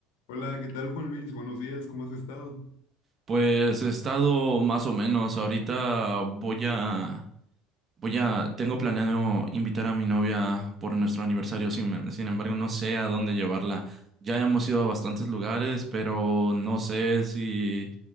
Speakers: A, on the left; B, on the right.
A: Hola, ¿qué tal Juan Luis? Buenos días, ¿cómo has estado?
B: Pues he estado más o menos. Ahorita voy a, voy a, tengo planeado invitar a mi novia por nuestro aniversario. Sin, sin embargo, no sé a dónde llevarla. Ya hemos ido a bastantes lugares, pero no sé si,